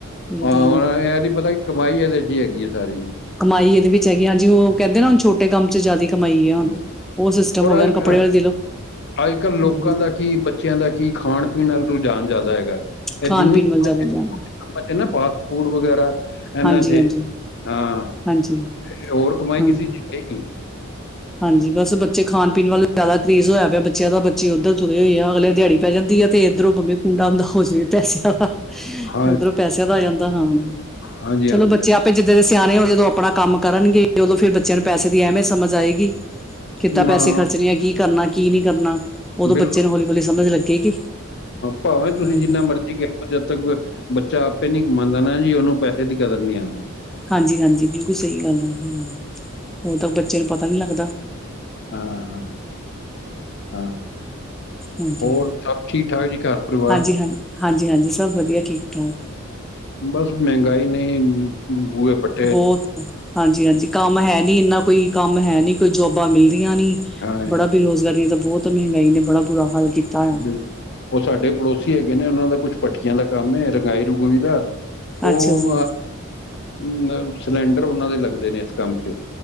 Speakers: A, in the centre; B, on the left.
A: ਇਹ
B: ਹਾਂ
A: ਤਾਂ ਹੈ
B: ਹੁਣ ਇਹ ਨਹੀਂ ਪਤਾ ਕਿ ਕਮਾਈ ਇਹਦੇ ਚ ਹੀ ਹੈਗੀ ਹੈ ਸਾਰੀ ਜੀ।
A: ਕਮਾਈ ਇਹਦੇ ਵਿੱਚ ਹੈਗੀ ਆ ਜੀ ਉਹ ਕਹਿੰਦੇ ਨਾ ਹੁਣ ਛੋਟ ਇਹ ਕੰਮ ਚ ਜਿਆਦਾ ਕਮਾਈ ਆ ਹੁਣ।
B: ਹੂੰ
A: ਉਹ ਸਿਸਟਮ
B: ਔਰ
A: ਹੋ ਗਿਆ
B: ਅੱਜ
A: ਹੁਣ ਕੱਪੜੇ ਦੇ ਲਉ। ਹੂੰ
B: ਅੱਜ ਕੱਲ੍ਹ ਲੋਕਾਂ
A: ਹੂੰ।
B: ਦਾ ਕੀ ਬੱਚਿਆਂ ਦਾ ਕੀ ਖਾਣ-ਪੀਣ ਨਾਲ ਰੁਝਾਨ ਜ਼ਿਆਦਾ ਹੈਗਾ ਐ। ਇਹ
A: ਖਾਣ
B: ਜਿੰਨੀ
A: ਪੀਣ
B: <unintelligible>
A: ਵੱਲ ਜ਼ਿਆਦਾ ਜਾਣ
B: ਬੱਚੇ ਨਾ ਫਾਸਟ ਫੂਡ ਵਗੈਰਾ ਇਹਨਾਂ
A: ਹਾਂਜੀ
B: ਚ,
A: ਹਾਂਜੀ
B: ਹਾਂ
A: ਹਾਂਜੀ
B: ਹੋਰ ਕਮਾਈ
A: ਹਾਂ
B: ਕਿਸੇ ਚ ਹੈ ਈ ਨਹੀਂ।
A: ਹਾਂਜੀ ਬਸ ਬੱਚੇ ਖਾਣ-ਪੀਣ ਵੱਲ ਜ਼ਿਆਦਾ ਕਰੇਜ਼ ਹੋਇਆ ਪਿਆ ਬੱਚਿਆਂ ਦਾ, ਬੱਚੇ ਉੱਧਰ ਤੁਰੇ ਹੋਏ ਆ। ਅਗਲੇ ਦਿਹਾੜੀ ਪੈ ਜਾਂਦੀ ਆ ਤੇ ਇੱਧਰੋਂ ਭਾਵੇਂ ਕੁੰਡਾ ਹੁੰਦਾ ਹੈ ਜਾਏ ਪੈਸਿਆਂ ਦਾ।
B: ਹਾਂ
A: ਇਧਰੋਂ ਪੈਸਿਆਂ ਦਾ ਆ ਜਾਂਦਾ ਹਾਂ
B: ਹਾਂਜੀ
A: ਚਲੋ
B: ਹਾਂਜੀ
A: ਬੱਚੇ
B: ਹਾਂ
A: ਆਪ ਆਪੇ ਜਿੱਦਾਂ ਦੇ ਸਿਆਣੇ ਹੋਣ ਜਦੋਂ ਆਪਣਾ ਕੰਮ ਕਰਨਗੇ ਉਦੋਂ ਫਿਰ ਬੱਚਿਆਂ ਨੂੰ ਪੈਸੇ ਦੀ ਅਹਿਮੀਅਤ ਸਮਝ ਆਏਗੀ। ਕਿੱਦਾਂ ਪੈਸੇ
B: ਹਾਂ,
A: ਖਰਚਣੇ ਆ। ਕੀ ਕਰਨਾ, ਕੀ ਨਹੀਂ ਕਰਨਾ। ਉਦੋਂ
B: ਬਿਲਕੁਲ
A: ਬੱਚੇ ਨੂੰ ਹੌਲੀ-ਹੌਲੀ ਸਮਝ ਲੱਗੇਗੀ।
B: ਭਾਵੇਂ ਤੁਸੀਂ
A: ਹਮ
B: ਜਿੰਨਾ ਠੀਕ ਐ ਜਦ ਤੱਕ ਬੱਚਾ ਆਪੇ ਨਹੀਂ ਕਮਾਉਂਦਾ ਨਾ ਜੀ ਉਹਨੂੰ ਪੈਸੇ ਦੀ ਕਦਰ ਨਹੀਂ ਆਉਂਦੀ।
A: ਹਾਂਜੀ-ਹਾਂਜੀ ਬਿਲਕੁਲ ਸਹੀ ਗੱਲ ਆ। ਹਾਂ ਉਹ ਤਾਂ ਬੱਚੇ ਨੂੰ ਪਤਾ ਨਹੀਂ ਲੱਗਦਾ।
B: ਹਾਂ, ਹਾਂ, ਹਾਂ।
A: ਹਾਂਜੀ
B: ਹੋਰ ਸਭ ਠੀਕ ਠਾਕ ਜੀ ਘਰ ਪਰਿਵਾਰ
A: ਹਾਂਜੀ ਹਾਂ ਹਾਂਜੀ, ਹਾਂਜੀ ਸਭ ਵਧੀਆ ਠੀਕ-ਠਾਕ।
B: ਬਸ ਮਹਿੰਗਾਈ ਨੈ ਬੂਏ ਪਟ
A: ਬਹੁਤ ਹਾਂਜੀ, ਹਾਂਜੀ ਕੰਮ ਹੈ ਨੀ ਇੰਨਾ ਕੋਈ ਕੰਮ ਹੈ ਨੀ ਕੋਈ ਜੋਬਾਂ ਮਿਲਦੀਆਂ ਨੀ
B: ਹਾਂ
A: ਬੜਾ ਬੇਰੁਜ਼ਗਾਰੀਆਂ ਤਾਂ ਬਹੁਤ ਮਹਿੰਗਾਈ ਨੇ ਬੜਾ ਬੁਰਾ ਹਾਲ ਕੀਤਾ ਆ
B: ਬਿਲਕੁ ਉਹ ਸਾਡੇ ਪੜੋਸੀ ਹੈਗੇ ਨੇ ਉਹਨਾਂ ਦਾ ਕੁਝ ਭਠੀਆਂ ਦਾ ਕੰਮ ਏ ਰੰਗਾਈ ਰੰਗੂਈ ਦਾ
A: ਅੱਛਾ
B: ਉਹ
A: ਜੀ
B: ਅ ਅ ਸਿਲੰਡਰ ਉਹਨਾਂ ਦੇ ਲੱਗਦੇ ਨੇ ਇਸ ਕੰਮ ਚ